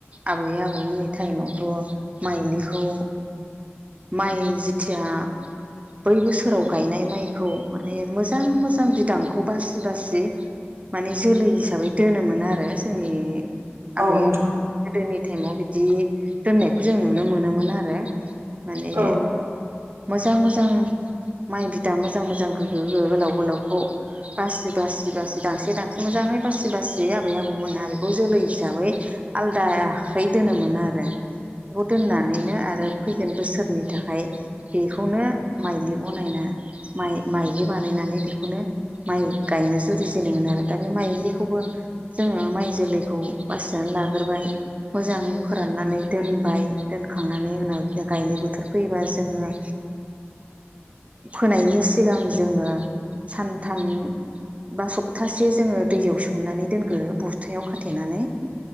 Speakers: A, on the right; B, on the right.
A: आबै आबौमोननि टाइमावथ माइलिखौ माइ जिथिया बै बोसोराव गायनाय माइखौ माने मोजां मोजां बिदांखौ बासि बासि माने जोलै हिसाबै दोनोमोन आरो जोंनि आबै
B: नोंथां
A: आबौ गोदोनि टाइमाव बिदि दोननायखौ जों नुनो मोनोमोन आरो माने
B: औ नोंथां औ
A: मोजां मोजां माइ बिदां मोजां मोजां गो गो गोलाव गोलावखौ बासि बासि बासि दांसे दांस्रि मोजांङै बासि बासियै आबै आबौमोना बेखौ बेखौ जोलै हिसाबै आलदाखै दोनोमोन आरो बेखौ दोननानैनो आरो फैगोन बोसोरनि थाखाय बेखौनो माइलि बनायना माइलि बानायनानै बेखौनो माइ गायनो जुरिजेनोमोनो आरो दा बे माइलिखौबो जोङो माइ जोलैखौ बासिनानै लाग्रोबाय मोजाङै फोराननानै दोनबाय दोनखांनानै उनाव बिनो गायनाय बोथोर फैयोबा जोङो फोनायनि सिगां जोङो सानथाम बा सप्तासे जोङो दैयाव सोमनानै दोनग्रो बस्थायाव खाथेनानै